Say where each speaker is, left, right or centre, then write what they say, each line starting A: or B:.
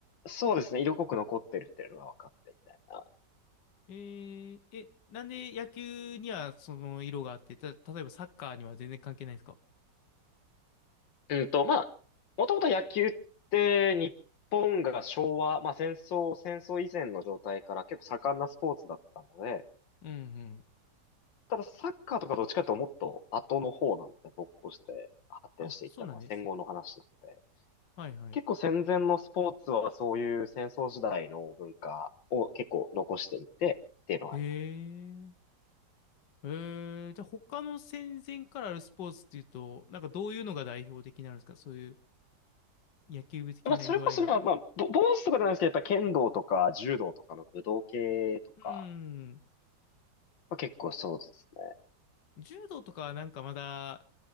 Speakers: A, on the left; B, on the left.
A: そうですね、色濃く残ってるっていうのが分かってみたいな。
B: えー、え、なんで野球にはその色があって、た、例えばサッカーには全然関係ないですか
A: うんと、まあ、もともと野球って日本が昭和、まあ戦争、戦争以前の状態から結構盛んなスポーツだったので、
B: うんうん。
A: ただサッカーとかどっちかというともっと後の方なので、勃興して発展していったのは戦後の話なので、
B: あ、そうなんです。はいはい。
A: 結構戦前のスポーツはそういう戦争時代の文化を結構残していてっていうのはあります。
B: へえへえじゃあ他の戦前からあるスポーツっていうと、なんかどういうのが代表的になるんですかそういう野球部的な色合いが。
A: まあ、それこそ、まあ、まあ、ぼ坊主とかじゃないですけど、やっぱ剣道とか柔道とかの武道系とか、
B: うん。
A: まあ、結構そうですね。
B: 柔道とかはなんかまだ